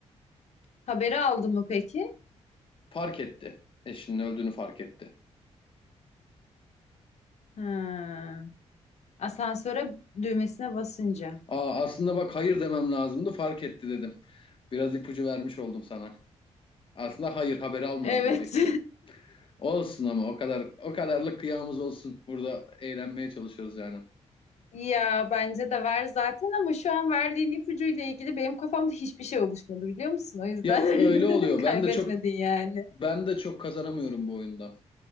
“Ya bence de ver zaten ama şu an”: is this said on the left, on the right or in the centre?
Left